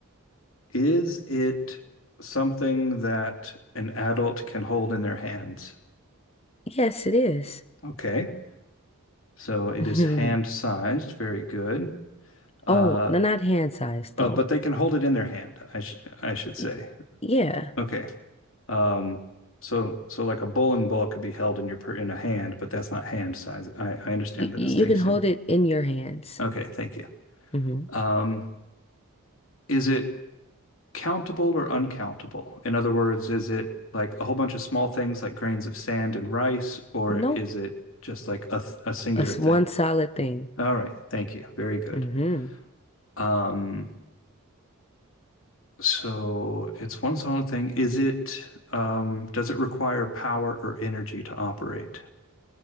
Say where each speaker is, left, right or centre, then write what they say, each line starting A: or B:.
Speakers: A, on the left; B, on the left.
A: is it something that an adult can hold in their hands?
B: Yes, it is.
A: Okay, so it
B: <laughs>
A: is hand-sized, very good. Uh,
B: Oh, no, not hand size
A: uh,
B: though.
A: but they can hold it in their hand, I should I should say.
B: Y- Yeah.
A: Okay. Um, so so like a bowling ball could be held in your per in a hand, but that's not hand size. I, I understand
B: You,
A: the
B: you
A: distinction.
B: can hold it in your hands.
A: Okay, thank you.
B: Mm-hmm.
A: Um, is it countable or uncountable? In other words, is it like a whole bunch of small things like grains of sand and rice, or
B: Nope.
A: is it just like a, a singular
B: That's
A: thing?
B: one solid thing.
A: All right, thank you. Very good.
B: Mm-hmm.
A: Um, so it's one solid thing. Is it, um, does it require power or energy to operate?